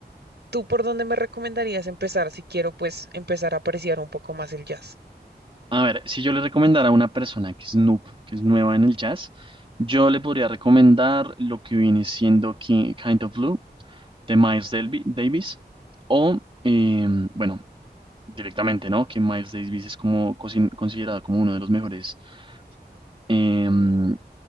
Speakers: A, on the right; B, on the right.
A: ¿Tú por dónde me recomendarías empezar si quiero pues empezar a apreciar un poco más el jazz?
B: A ver, si yo le recomendara a una persona que es noob, que es nueva en el jazz, yo le podría recomendar lo que viene siendo Ki- Kind of Blue de Miles Delvi- Davis o, eh, bueno, directamente, ¿no? Que Miles Davis es como cosi- considerado como uno de los mejores em,